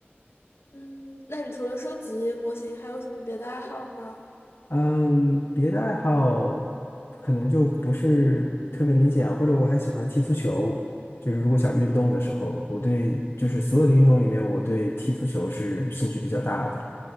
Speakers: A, on the left (about 80°); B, on the left (about 70°).
A: 嗯，那你除了收集模型，还有什么别的爱好吗？
B: 嗯，别的爱好可能就不是特别明显啊，或者我还喜欢踢足球，就是如果想运动的时候，我对就是所有的运动里面，我对踢足球是兴趣比较大的。